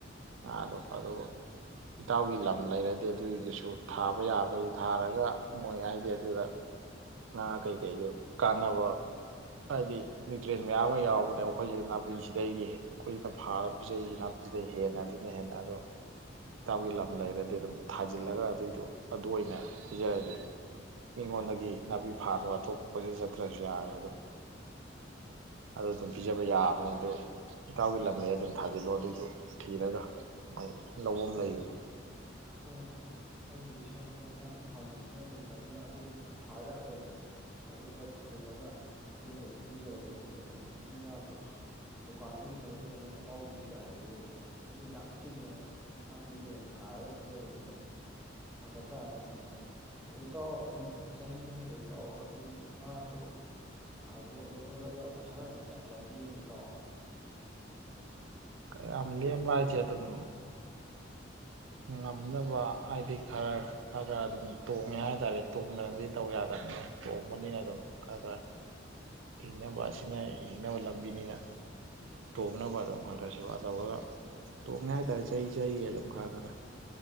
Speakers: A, on the right (about 85°); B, in the centre.
A: <inaudible> ꯑꯗꯨ ꯏꯇꯥꯎꯒꯤ ꯂꯝ ꯂꯩꯔꯗꯤ ꯑꯗꯨꯒꯤꯗꯨꯁꯨ ꯊꯥꯕ ꯌꯥꯗꯁꯨ ꯊꯥꯔꯒ ꯃꯣꯏ ꯍꯥꯏꯗꯤ ꯑꯗꯨꯗ ꯉꯥ ꯀꯩꯀꯩꯗꯣ ꯀꯥꯟꯅꯕ ꯍꯥꯏꯗꯤ ꯅ꯭ꯌꯨꯇ꯭ꯔꯦꯟ ꯃꯌꯥꯝ ꯑꯃ ꯌꯥꯎꯕꯅꯦ ꯑꯩꯈꯣꯏꯁꯤꯗ ꯅꯥꯄꯤꯁꯤꯗꯒꯤ ꯑꯩꯈꯣꯏꯁꯤꯅ ꯐꯥꯟꯂꯥꯒ ꯄꯤꯖꯔꯤꯁꯤ ꯅꯥꯄꯤꯁꯤꯗꯩ ꯍꯦꯟꯅ ꯑꯗꯨꯅ ꯍꯦꯟꯅ ꯑꯗꯣ ꯏꯇꯥꯎꯞꯒꯤ ꯂꯝ ꯂꯩꯔꯗꯤ ꯑꯗꯨꯝ ꯊꯥꯖꯤꯜꯂꯒ ꯑꯗꯨꯏꯗꯣ ꯑꯗꯨ ꯑꯣꯏꯅ ꯄꯤꯖꯔꯗꯤ ꯃꯤꯉꯣꯟꯗꯒꯤ ꯅꯥꯄꯤ ꯐꯥꯅꯕ ꯑꯇꯣꯞꯄ ꯀꯣꯏꯆꯠ ꯆꯠꯇ꯭ꯔꯁꯨ ꯌꯥꯔꯦ ꯑꯗꯨꯝ ꯑꯗꯨ ꯑꯗꯨꯝ ꯄꯤꯖꯕ ꯌꯥꯕꯅꯦ ꯑꯗꯨ ꯏꯇꯥꯎꯒꯤ ꯂꯝꯗ ꯑꯗꯨꯝ ꯊꯥꯖꯤꯜꯂꯣ ꯑꯗꯨꯏꯗꯨꯣ ꯊꯤꯔꯒ ꯃꯣꯏ ꯂꯧꯕꯝ
B: ꯍꯣꯏ
A: ꯂꯩꯕꯅꯦ
B: ꯍꯣꯏꯅꯦ ꯑꯩꯒꯤꯗꯤ <inaudible> ꯅꯥꯄꯤ <inaudible> <inaudible> ꯐꯠꯇꯕꯅꯤꯅ ꯑꯗꯨꯒꯨꯝꯕꯗꯨꯣ ꯊꯥ ꯌꯥꯔꯒꯗꯤ ꯑꯗꯨ ꯈꯔ ꯊꯥꯖꯤꯜꯂꯒ ꯑꯗꯣꯝꯗ ꯑꯣꯏꯅ ꯄꯤꯖꯔꯒꯗꯤ ꯐꯔꯦ ꯑꯗꯨꯧꯅ ꯃꯆꯤꯟꯖꯥꯛ ꯗꯨꯀꯥꯟꯗꯒꯤ ꯂꯩꯔꯒ ꯃꯣꯏ ꯑꯇꯥꯎꯕꯤꯒꯥꯏꯔ ꯂꯩꯕꯗꯣ ꯑꯗꯨ ꯌꯥꯝ <inaudible> ꯅꯥꯄꯤꯗꯣ ꯑꯣꯏꯅ ꯊꯥꯔꯒ ꯄꯤꯖꯕꯅꯗꯤ ꯐꯒꯗ꯭ꯔꯥꯅ ꯈꯟꯕ ꯑꯗꯨ ꯏꯇꯥꯎꯑꯣ ꯑꯗꯨꯝ ꯆꯍꯤ ꯑꯃꯗꯩ ꯏꯇꯥꯎ ꯑꯗꯨ ꯉꯥꯗꯣ ꯌꯣꯜꯂ ꯈꯣꯠꯂꯒ ꯄꯩꯁꯥꯒꯅꯤ ꯀꯌꯥꯝ ꯀꯌꯥꯝ ꯂꯦꯝꯒꯦ ꯏꯇꯥꯎ
A: ꯀꯌꯥꯝ ꯂꯦꯝꯕ ꯍꯥꯏꯁꯦ ꯑꯗꯨꯝ ꯉꯝꯅꯕ ꯍꯥꯏꯗꯤ ꯈꯔ ꯈ ꯈꯔ ꯑꯗꯨꯝ ꯇꯣꯡꯉꯦ ꯍꯥꯏꯇꯥꯔꯦ ꯇꯣꯡꯗꯅꯗꯤ ꯇꯧ ꯌꯥꯗꯕꯅꯤ ꯇꯣꯡꯕꯅꯤꯅ ꯑꯗꯨꯝ ꯈꯔ ꯈꯔ ꯍꯤꯡꯅꯕ ꯑꯁꯤꯅ ꯍꯤꯡꯅꯕ ꯂꯝꯕꯤꯅꯤꯅ ꯇꯣꯡꯅꯕ ꯑꯗꯨꯝ ꯈꯔ ꯈꯔ ꯁꯦꯕꯥ ꯇꯧꯔꯒ ꯇꯣꯡꯉꯦ ꯍꯥꯏꯇꯥꯔꯦ ꯆꯍꯤ ꯆꯍꯤ ꯑꯗꯨꯝ ꯈꯔ ꯈꯔ